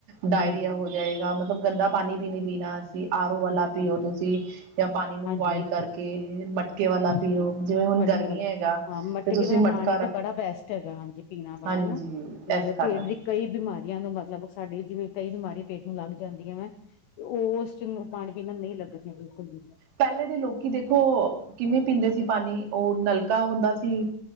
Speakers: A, on the right; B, on the left.
A: ਡਾਇਰੀਆ
B: ਹਾਂਜੀ ਹਾਂਜੀ
A: ਹੋ ਜਾਏ ਜਾ ਮਤਲਬ ਗੰਦਾ ਪਾਣੀ ਵੀ ਨਈ ਪੀਣਾ ਆਰੋ
B: ਗਰਮ
A: ਵਾਲਾ
B: ਦਾ
A: ਪੀਓ
B: ਪਾਣੀ
A: ਤੁਸੀਂ ਜਾਂ ਪਾਣੀ ਨੂੰ
B: ਹਾਂਜੀ
A: ਬੋਆਇਲ
B: ਹਾਂਜੀ
A: ਕਰਕੇ, ਮਟਕੇ ਵਾਲਾ
B: ਹਾਂਜੀ
A: ਪੀਓ।
B: ਹਾਂ
A: ਜਿਵੇਂ ਹੁਣ
B: ਮਟਕੇ
A: ਗਰਮੀ
B: ਵਾਲਾ
A: ਹੈਗਾ।
B: ਹਾਂ ਮਟਕੇ
A: ਤੇ ਤੁਸੀਂ
B: ਵਾਲਾ
A: ਮਟਕਾ
B: ਪਾਣੀ
A: ਰੱਖ
B: 'ਤੇ ਬੜਾ ਬੈਸਟ ਹੈਗਾ ਹਾਂਜੀ ਪੀਣਾ ਬੜਾ
A: ਹਾਂਜੀ
B: ਨਾ। ਨਾਲੇ
A: ਇਸ ਕਾਰਨ
B: ਪੇਂਟ ਦੀ ਕਈ ਬਿਮਾਰੀਆਂ ਨੂੰ ਮਤਲਬ ਸਾਡੀ ਜਿਵੇਂ ਕਈ ਬਿਮਾਰੀ ਪੇਂਟ ਨੂੰ ਲੱਗ ਜਾਂਦੀਆਂ ਵਾ 'ਤੇ ਉਸ ਚ‌ ਨੂੰ ਪਾਣੀ ਪੀਣ ਨਈ ਲੱਗਦੀਆਂ ਬਿਲਕੁੱਲ ਵੀ।
A: ਪੈਲੇ ਦੇ ਲੋਕੀ ਦੇਖੋ ਕਿਵੇਂ ਪੀਂਦੇ ਸੀ ਪਾਣੀ ਓ ਨਲਕਾ ਹੁੰਦਾ ਸੀ